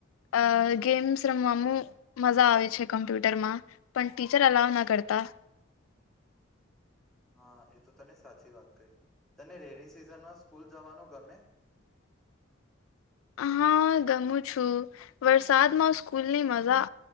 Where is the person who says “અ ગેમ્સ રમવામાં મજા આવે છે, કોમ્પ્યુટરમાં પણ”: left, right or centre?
Left